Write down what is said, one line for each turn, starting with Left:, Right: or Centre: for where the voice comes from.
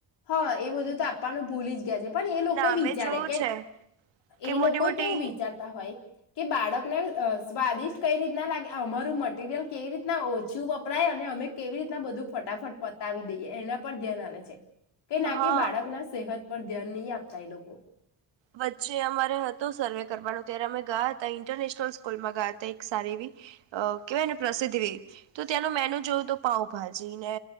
Left: હા એ બધું તો
Right: ના
Left: આપવાનું ભૂલી જ <unintelligible> પણ એ લોકો
Right: ના
Left: વિચારે
Right: મેં જોયું
Left: કે
Right: છે કે
Left: એ
Right: મોટી
Left: લોકો
Right: મોટી
Left: કેવું વિચારતા હોય કે બાળકને સ્વાદિષ્ટ કઈ રીતના લાગે અમારું મટીરિયલ કેવી રીતના ઓછું વપરાય અને અમે કેવી રીતના બધું ફટાફટ પતાવી દઈએ એના પર ધ્યાન આવે છે કે ના
Right: હા
Left: કે બાળક ના સેહત પર ધ્યાન નહી આપતા એ લોકો
Right: વચ્ચે અમારે હતો સર્વે કરવાનો ત્યારે અમે ગયા હતા ઇન્ટરનેશનલ સ્કૂલમાં ગયા હતા એક સારી એવી કેહેવાય ને પ્રસિદ્ધ એ તો ત્યાંનો મેન્યુ જોવું તો પાઉભાજી ને